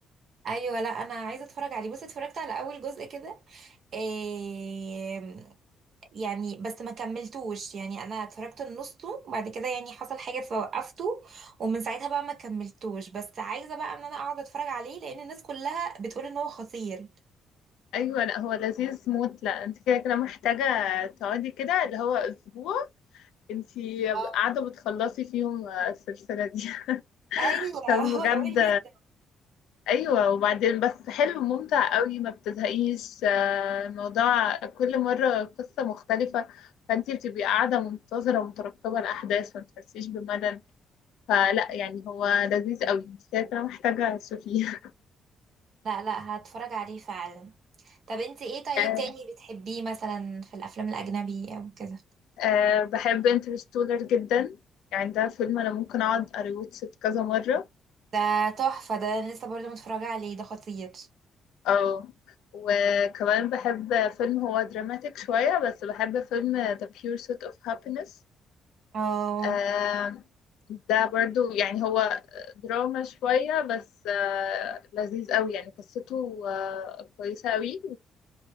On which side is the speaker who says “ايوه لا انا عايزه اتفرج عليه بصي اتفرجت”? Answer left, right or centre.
Right